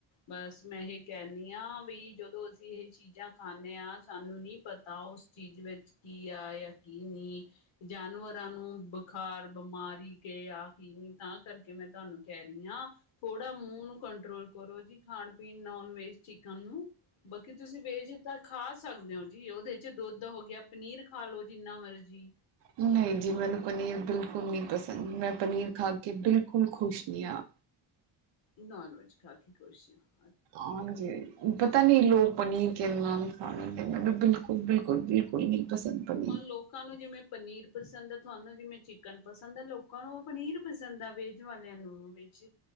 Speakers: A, on the left; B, on the right.
A: ਬਸ ਮੈਂ ਇਹ ਕਹਿੰਦੀ ਹਾਂ ਵੀ ਜਦੋਂ ਅਸੀਂ ਇਹ ਚੀਜ਼ਾਂ ਖਾਂਦੇ ਹਾਂ ਸਾਨੂੰ ਨੀ ਪਤਾ ਉਸ ਚੀਜ਼ ਵਿੱਚ ਕੀ ਆ ਜਾਂ ਕੀ ਨੀ ਜਾਨਵਰਾਂ ਨੂੰ ਬੁਖਾਰ ਬਿਮਾਰੀ ਕੇ ਆ ਕੀ ਨਹੀਂ ਤਾਂ ਕਰਕੇ ਮੈਂ ਤੁਹਾਨੂੰ ਕਹਿ ਰਹੀ ਹਾਂ ਥੋੜਾ ਮੂੰਹ ਨੂੰ ਕੰਟਰੋਲ ਕਰੋ ਜੀ, ਖਾਣ ਪੀਣ ਨੋਨ ਵੇਜ ਚਿਕਨ ਨੂੰ ਬਾਕੀ ਤੁਸੀਂ ਵੇਚ ਤਾਂ ਖਾ ਸਕਦੇ ਹੋ ਜੀ ਉਹਦੇ ਚ ਦੁੱਧ ਹੋ ਗਿਆ ਪਨੀਰ ਖਾ ਲੋ ਜਿੰਨਾ ਮਰਜ਼ੀ।
B: ਨਹੀਂ ਜੀ ਮੈਨੂੰ ਪਨੀਰ ਬਿਲਕੁਲ ਨਹੀਂ ਪਸੰਦ, ਮੈਂ ਪਨੀਰ ਖਾ ਕੇ ਬਿਲਕੁਲ ਖ਼ੁਸ਼ ਨਹੀਂ ਹਾਂ।
A: ਨੋਨ ਵੈਜ ਖਾ ਕੇ ਖੁਸ਼ ਆਂ।
B: ਹਾਂਜੀ ਪ ਤਾਂ ਨਹੀਂ ਲੋਕ ਪਨੀਰ ਕੇਨਾ ਖਾ ਲੈਂਦੇ ਮੈਨੂੰ ਬਿਲਕੁਲ- ਬਿਲਕੁਲ- ਬਿਲਕੁਲ ਨਹੀਂ। ਪਸੰਦ ਪਨੀਰ
A: ਹੁਣ ਲੋਕਾਂ ਨੂੰ ਜਿਵੇਂ ਪਨੀਰ ਪਸੰਦ ਹੈ ਤੁਹਾਨੂੰ ਜਿਵੇਂ ਚਿਕਨ ਪਸੰਦ ਆ ਲੋਕਾਂ ਨੂੰ ਪਨੀਰ ਪਸੰਦ ਆ ਵੇਜ ਵਾਲਿਆਂ ਨੂੰ ਵੇਜ